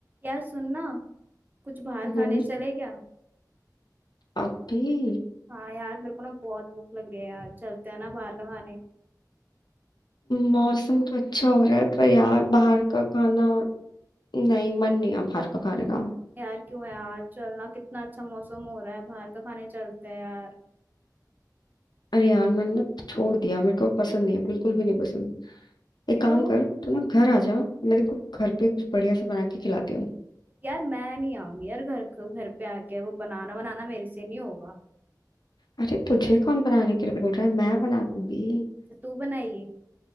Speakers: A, on the right (about 25°); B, on the left (about 75°).
A: यार सुनना कुछ बाहर
B: वो
A: खाने चले क्या
B: अभी
A: हाँ यार मेरे को ना बहुत भूख लग रही है यार चलते हैं ना बाहर का खाने
B: मौसम तो अच्छा हो रहा है पर यार बाहर का खाना नहीं मन नहीं है बाहर का खाने का
A: यार क्यों यार चलना कितना अच्छा मौसम हो रहा है बाहर का खाने चलते हैं यार
B: अरे यार मैंने छोड़ दिया मेरे को पसंद नहीं है बिल्कुल भी नहीं पसंद एक
A: क्यों
B: काम कर तू ना घर आ जा मैं तेरे को घर पे कुछ बढ़िया से बना के खिलाती हूँ
A: यार मैं नहीं आऊंगी यार घर क- घर पे आके वो बनाना बनाना मेरे से नहीं होगा
B: अरे तुझे कौन बनाने के लिए बोल रहा है मैं बना दूंगी
A: अच्छा तू बनाइए